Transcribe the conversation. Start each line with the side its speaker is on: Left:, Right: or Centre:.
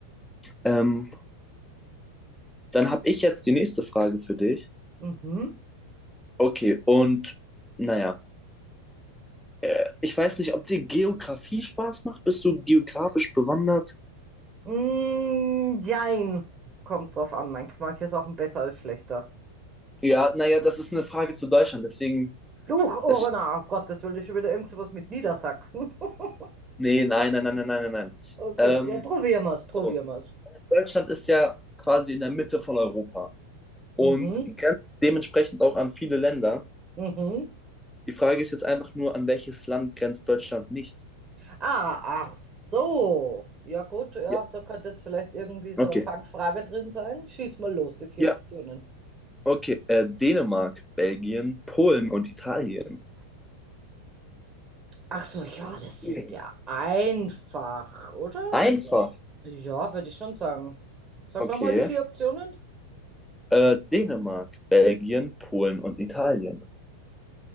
Centre: ähm, dann habe ich jetzt die nächste Frage für dich.
Right: Mhm.
Centre: Okay, und naja, äh, ich weiß nicht, ob dir Geografie Spaß macht. Bist du geografisch bewandert?
Right: Mm, jein. Kommt drauf an. Manch, manche Sachen besser als schlechter.
Centre: Ja, naja, das ist eine Frage zu Deutschland, deswegen,
Right: Duch, oh
Centre: es,
Right: na, um Gottes Willen, ist schon wieder irgend sowas mit Niedersachsen. <laughs>
Centre: nee, nein, nein, nein, nein, nein, nein. nein.
Right: Okay,
Centre: Ähm,
Right: ja, probieren wir's, probieren
Centre: so,
Right: wir es
Centre: Deutschland ist ja quasi in der Mitte von Europa und
Right: Mhm,
Centre: grenzt dementsprechend auch an viele Länder.
Right: mhm.
Centre: Die Frage ist jetzt einfach nur, an welches Land grenzt Deutschland nicht?
Right: Ah, ach so. Ja gut, ja,
Centre: Ja,
Right: da könnte jetzt vielleicht irgendwie so
Centre: okay.
Right: eine Fangfrage drin sein. Schieß mal los, die vier
Centre: Ja,
Right: Optionen.
Centre: okay. Äh, Dänemark, Belgien, Polen und Italien.
Right: Ach so, ja, das
Centre: Mhm.
Right: ist ja einfach, oder?
Centre: Einfach.
Right: Ja, ja, würde ich schon sagen. Sag
Centre: Okay.
Right: nochmal die vier Optionen.
Centre: Äh, Dänemark, Belgien, Polen und Italien.